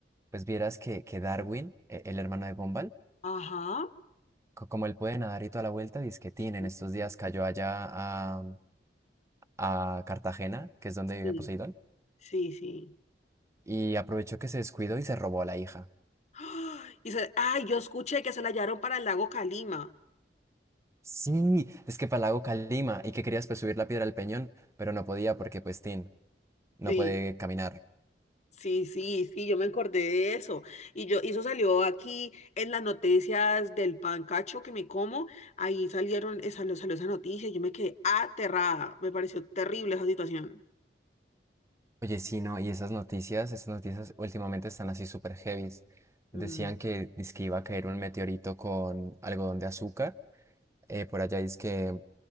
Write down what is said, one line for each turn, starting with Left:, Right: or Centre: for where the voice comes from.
Right: pues vieras que, que Darwin, eh, el hermano de Gumball,
Left: Ajá,
Right: co- como él puede nadar y toda la vuelta, disquetín,
Left: sí,
Right: en estos días cayó allá a, a Cartagena, que es donde vive
Left: sí,
Right: Poseidón,
Left: sí. sí.
Right: y aprovechó que se descuidó y se robó a la hija.
Left: ¡Ah! Y se- ay, yo escuché que se la hallaron para el lago Calima.
Right: Sí, es que Palago Calima y que querías pues subir la piedra al peñón, pero no podía porque pues Tin no
Left: Sí,
Right: puede caminar.
Left: sí, sí, sí, yo me acordé de eso. Y yo, y eso salió aquí en las noticias del pancacho que me como, ahí salieron, eh, salió, salió esa noticia, y yo me quedé aterrada, me pareció terrible esa situación.
Right: Oye, sí, no, y esas noticias, esas noticias últimamente están así súper heavies. Decían
Left: Mm.
Right: que dizque iba a caer un meteorito con algodón de azúcar, eh, por allá que